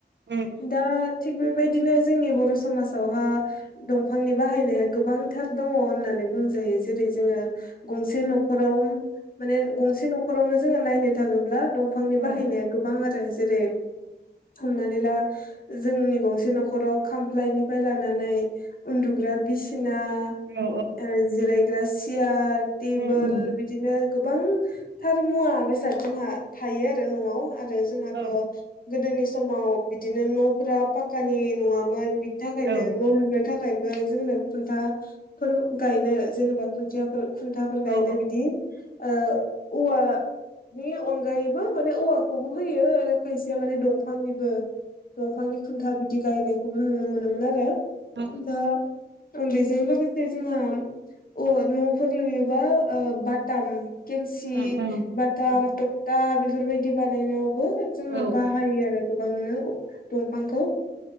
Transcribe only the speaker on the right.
उम उम
औ
औ
उम उम
औ
औ
औ
औ
उम उम
उम
औ